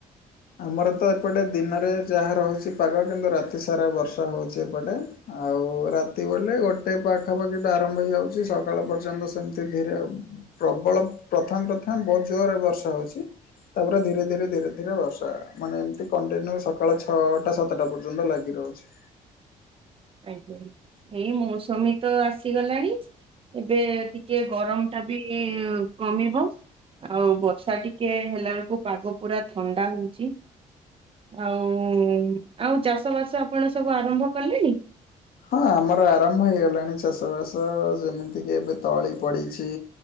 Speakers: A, on the left (about 60°); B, on the right (about 35°).
A: ଆମର ତ ଏପଟେ ଦିନରେ ଯାହା ରହୁଚି ପାଗ କିନ୍ତୁ ରାତି ସାରା ବର୍ଷା ହଉଚି ଏପଟେ। ଆଉ ରାତି ବୋଲେ ଗୋଟେ ପାଖାପାଖି ଟୁ ଆରମ୍ଭ ହେଇଯାଉଚି ସକାଳ ପର୍ଯ୍ୟନ୍ତ ସେମିତି ଧୀରେ ଆଉ। ପ୍ରବଳ ପ୍ରଥମ ପ୍ରଥମ ବହୁତ୍ ଜୋରରେ ବର୍ଷା ହଉଚି ତାପରେ ଧୀରେ ଧୀରେ ଧୀରେ ଧୀରେ ବର୍ଷା ଟା ମାନେ ଏମିତି କଣ୍ଟିନ୍ୟୁ ସକାଳ ଛଅଟା ସାତଟା ପର୍ଯ୍ୟନ୍ତ ଲାଗି ରହୁଚି।
B: ଆଜ୍ଞା ଏଇ ମୌସମୀ ତ ଆସିଗଲାଣି ଏବେ ଟିକେ ଗରମ୍ ଟା ବି କମିବ। ଆଉ ବର୍ଷା ଟିକେ ହେଲା ବେଳକୁ ପାଗ ପୁରା ଥଣ୍ଡା ହଉଚି। ଆଉ ଆଉ ଚାଷବାସ ଆପଣ ସବୁ ଆରମ୍ଭ କଲେଣି?
A: ହଁ ଆମର ଆରମ୍ଭ ହେଇ ଗଲାଣି ଚାଷବାସ ଯେମିତିକି ଏବେ ତଳି ପଡିଛି।